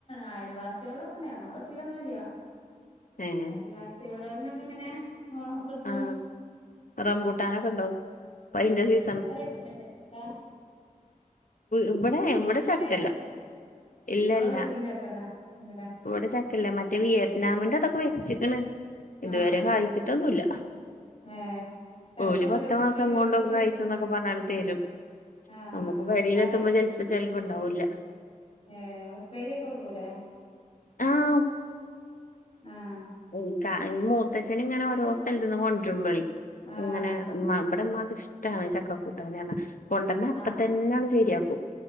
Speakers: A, on the left; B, on the left.
A: അയൽവാസികോളൊക്കെണ്ട്. ഞങ്ങളെ വീട്ടിലൊന്നുല്ല
B: ഏഹ്
A: അൽവാസികളോഡ്ന്നൊക്കെ എങ്ങനെ കിട്ടും.
B: ആഹ് റംബൂട്ടാനൊക്കെ
A: ആഹ്
B: ഉണ്ടോ ഇപ്പൊ അതിന്റെ സീസ്
A: ഇങ്ങളെ പെരേൽ ഇല്ലേ ചക്ക
B: ഇവിടെ ഇവിടെ ചക്കയില്ല
A: ഏഹ്
B: ഇല്ലില്ല
A: ഇങ്ങളെ വീട്ടില് ചക്കണ്ടാ ഇണ്ട്ല്ലേ
B: ഇവിടെ ച ഇല്ല, മറ്റേ വിയറ്റ്നാമിന്റെ അതൊക്കെ വെച്ചിക്ക്ണ്, ഇതുവരെ
A: ആഹ് ആഹ് ആഹ്
B: കഴ്ച്ചിട്ടൊന്നുമില്ല
A: ഏഹ് ചക്ക
B: ഓല്
A: പൊ
B: പത്തുമാസം
A: കിട്ടിയാ പൊരിക്കൊക്കെ
B: കൊണ്ടൊക്കെ കായ്ച്ചും
A: ചെയ്യും
B: എന്നൊക്കെ പറഞ്ഞാണ്ട് തെരും
A: ആഹ്
B: നമ്മുക്ക്
A: ആഹ്
B: പെരേൽ
A: കറി
B: എത്തുമ്പോ ചിലപ്പോ ഉണ്ടാവൂല
A: ഏഹ് ഉപ്പേരിഒക്കെ വെക്കുംലെ,
B: ആഹ്
A: ഏഹ്
B: ഏഹ് മൂത്തച്ഛന് ഇങ്ങനെ ഓരോ സ്ഥലത്തിന്ന് കൊണ്ടരുമ്പോളെ
A: ആഹ്
B: ഇങ്ങനെ
A: ആഹ്
B: ഇമ്മാക്ക് ഇഷ്ട്ടാണ് ചക്ക കൂട്ടാന്ന്ന് പറഞ്ഞ, കൊണ്ട് വന്ന അപ്പൊതന്നെയങ്ങ്
A: ആഹ്
B: ശരിയാക്കും